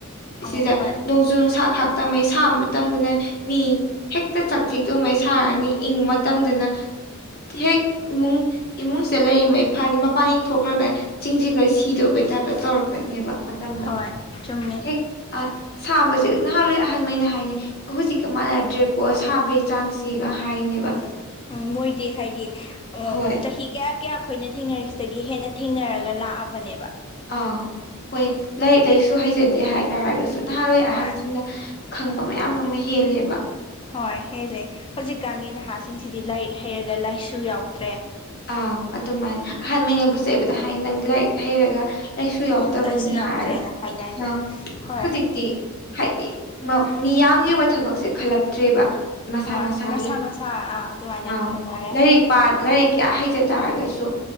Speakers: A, on the left; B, on the left.
A: ꯑꯧ
B: ꯁꯤꯁꯦ
A: ꯍꯣꯏ
B: ꯅꯣꯡꯖꯨ ꯅꯨꯡꯁꯥ ꯈꯥꯛꯇ ꯃꯩ ꯁꯥꯕ ꯃꯇꯝꯗꯅ ꯃꯤ ꯍꯦꯛꯇ ꯆꯥꯛꯊꯤꯛꯇꯨꯉꯩ ꯁꯥꯔꯅꯤ ꯏꯪꯕ ꯃꯇꯝꯗꯅ ꯍꯦꯛ ꯏꯃꯨꯡ ꯏꯃꯨꯡꯁꯦ ꯂꯩꯔꯤꯉꯩ ꯐꯅꯤ ꯃꯄꯥꯟ ꯍꯦꯛ ꯊꯣꯛꯈ꯭ꯔꯒ ꯆꯤꯡꯁꯤꯂꯣꯏ ꯁꯤꯗꯧꯕꯩ ꯇꯥꯏꯞꯇ ꯇꯧꯔꯛꯀꯅꯦꯕ ꯃꯇꯝꯗ
A: ꯍꯣꯏ ꯆꯨꯝꯃꯦ
B: ꯍꯦꯛ ꯑ ꯁꯥꯕꯁꯦ ꯅꯍꯥꯟꯋꯥ ꯑꯍꯟꯃꯩꯅ ꯍꯥꯏꯅꯩ ꯍꯧꯖꯤꯛꯀ ꯃꯥꯟꯅꯗ꯭ꯔꯦꯀꯣ ꯁꯥꯕ ꯆꯥꯡꯁꯤꯒ ꯍꯥꯏꯅꯤ
A: ꯎꯝ ꯎꯝ ꯃꯣꯏꯗꯤ ꯍꯥꯏꯗꯤ
B: ꯍꯣꯏ
A: ꯆꯍꯤ ꯀꯌꯥ ꯀꯌꯥ ꯑꯩꯈꯣꯏꯅ ꯊꯦꯡꯅꯔꯤꯁꯤꯗꯒꯤ ꯍꯦꯟꯅ ꯊꯦꯡꯅꯔꯒ ꯂꯥꯛꯑꯕꯅꯦꯕ
B: ꯑꯥ ꯍꯣꯏ ꯂꯥꯏꯔꯤꯛ ꯂꯥꯏꯁꯨ ꯍꯩꯖꯗꯦ ꯍꯥꯏ ꯇꯥꯔꯒꯁꯨ ꯅꯍꯥꯥꯟꯋꯥꯏ
A: ꯍꯣꯏ
B: ꯑꯍꯟꯁꯤꯡꯅ ꯈꯪꯕ ꯃꯌꯥꯝ ꯑꯃ ꯍꯦꯜꯂꯦꯕ
A: ꯍꯣꯏ ꯍꯦꯜꯂꯦ ꯍꯧꯖꯤꯛꯀꯥꯟꯒꯤ ꯅꯍꯥꯁꯤꯡꯁꯤꯗꯤ ꯂꯥꯏꯔꯤꯛ ꯍꯩꯔꯒ ꯂꯥꯏꯁꯨ ꯌꯥꯎꯗ꯭ꯔꯦ
B: ꯑꯪ ꯑꯗꯨꯃꯥꯏꯅ ꯑꯍꯥꯟꯕꯉꯩꯅꯕꯨ ꯆꯩꯕꯗ ꯍꯥꯏ ꯅꯪ ꯂꯥꯏꯔꯤꯛ ꯍꯩꯔꯒ ꯑꯩꯁꯨ ꯌꯥꯎꯗꯕꯅꯤ
A: ꯎꯝ ꯂꯥꯏꯁꯨ ꯌꯥꯎꯗ꯭ꯔꯦꯅ
B: ꯍꯥꯏꯔꯒ
A: ꯍꯥꯏꯅꯔꯤꯗꯨꯅꯦ
B: ꯑꯥ
A: ꯍꯣꯏ
B: ꯍꯧꯖꯤꯛꯇꯤ ꯍꯥꯏꯗꯤ ꯃꯤꯌꯥꯝꯒꯤ ꯑꯣꯏꯕ ꯊꯕꯛꯁꯦ ꯈꯜꯂꯛꯇ꯭ꯔꯦꯕ ꯃꯁꯥ
A: ꯍꯣꯏ
B: ꯃꯁꯥꯒꯤ
A: ꯃꯁꯥ ꯃꯁꯥ ꯑꯗꯨꯃꯥꯏꯅ
B: ꯑ
A: ꯈꯟꯅꯔꯦ
B: ꯂꯥꯏꯔꯤꯛ ꯂꯥꯏꯔꯤꯛ ꯀꯌꯥ ꯍꯩꯖ ꯇꯥꯔꯒꯁꯨ